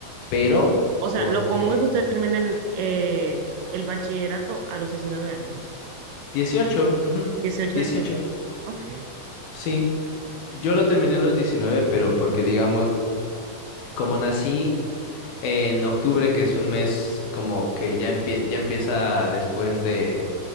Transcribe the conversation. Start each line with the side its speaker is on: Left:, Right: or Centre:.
Left: pero
Right: O sea,
Left: porque...
Right: lo común es que ustedes terminen eh, el bachillerato a los 19 años.
Left: dieciocho ujú,
Right: dieciocho
Left: 18,
Right: diecinueve. Ok,
Left: sí. Yo lo terminé a los diecinueve pero porque digamos, como nací en octubre, que es un mes como que ya empie- ya empieza después de